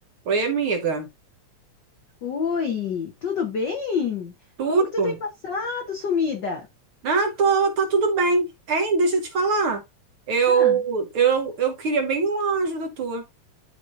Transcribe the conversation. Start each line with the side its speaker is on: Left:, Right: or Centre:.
Right: Oi, amiga.
Left: Oi, tudo bem?
Right: Tudo?
Left: Como que tu tem passado, sumida?
Right: Ah, tô, tá tudo bem. Hein, deixa eu te falar. Eu,
Left: Ah,
Right: eu, eu queria bem uma ajuda tua.